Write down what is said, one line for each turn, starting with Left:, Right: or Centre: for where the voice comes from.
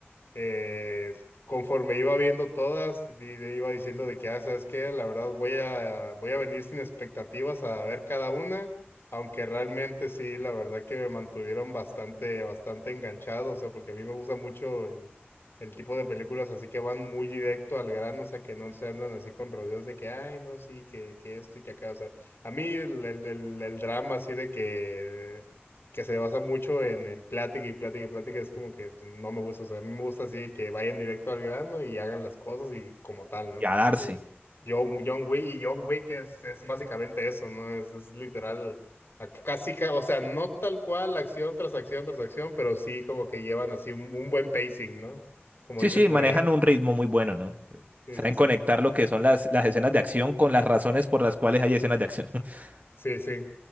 Left: eh, conforme iba viendo todas, di- le iba diciendo de que, ah, ¿sabes qué? La verdad voy a, voy a venir sin expectativas a ver cada una, aunque realmente sí, la verdad que me mantuvieron bastante, bastante enganchado, o sea, porque a mí me gusta mucho el, el tipo de películas así que van muy directo al grano, o sea, que no se andan así con rodeos de que, ay, no, sí, que, que esto y que acá, o sea, a mí el, el el- el drama así de que que se basa mucho en, en plática y plática y plática, es como que no me gusta. O sea, a mí me gusta así que vayan directo al grano y hagan las cosas y como tal, ¿no?
Right: Y a darse.
Left: Entonces, John, John Wick y John Wick es, es básicamente eso, ¿no? Es, es literal, a- casi, ca- o sea, no tal cual acción tras acción tras acción, pero sí como que llevan así un, un buen pacing, ¿no? Como
Right: Sí,
Left: dicen
Right: sí,
Left: por
Right: manejan
Left: ahí.
Right: un ritmo muy bueno, ¿no?
Left: Sí,
Right: Saben
Left: sí, sí.
Right: conectar lo que son las, las escenas de acción con las razones por las cuales hay escenas de acción. <laughs>
Left: Sí, sí.